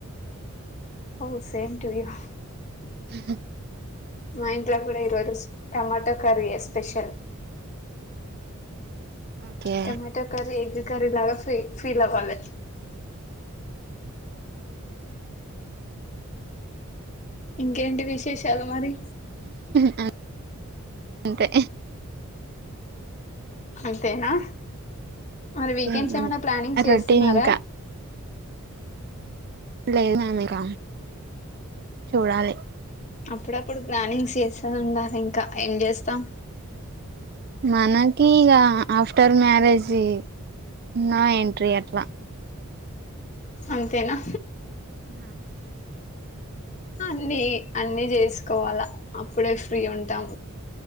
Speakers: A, on the left; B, on the right.
A: ఓ సేమ్ టూ యు
B: ఉ
A: మా ఇంట్లో కూడా ఈ రోజు టొమాట కర్రియే special
B: okay
A: tomato curry egg curry లాగా ఫీ ఫీలవ్వాలి ఇంకేంటి విశేషాలు మరి
B: అం అంతే
A: అంతేనా మరి వీకెండ్స్
B: తిన్నాను
A: ఏమైనా ప్లానింగ్ చేస్తున్నారా
B: రొటీన్ ఇంకా లేదండి ఇక చూడాలి
A: అప్పుడప్పుడు ప్లానింగ్స్ చేస్తా ఉండాలి ఇంకా ఏం చేస్తాం
B: మనకి ఇగ ఆఫ్టర్ మ్యారేజి నో ఎంట్రీ అట్లా
A: అంతేనా
B: ఉ
A: అన్ని అన్ని చేసుకోవాలా అప్పుడే ఫ్రీ ఉంటాం